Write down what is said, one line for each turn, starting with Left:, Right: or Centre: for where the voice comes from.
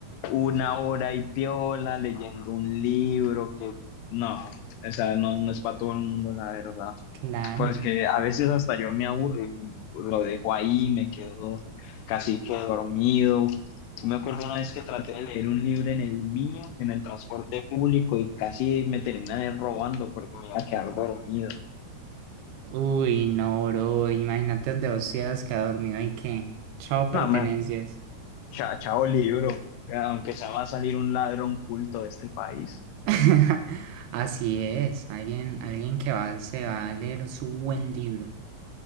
Left: una hora y piola leyendo un libro que no, o sea, no, no es para todo el mundo, la verdad.
Right: Claro.
Left: Pues que a veces hasta yo me aburro, lo dejo ahí, me quedo casi que dormido. Yo me acuerdo una vez que traté de leer un libro en el mío, en el transporte público, y casi me terminan robando porque me iba a quedar dormido.
Right: Uy, no, bro, imagínate donde vos hubieras quedado dormido y que, chao, pertenencias.
Left: No, me, cha- chao libro, aunque se va a salir un ladrón culto de este país,
Right: <laughs> Así es, alguien, alguien que va, se va a leer su buen libro.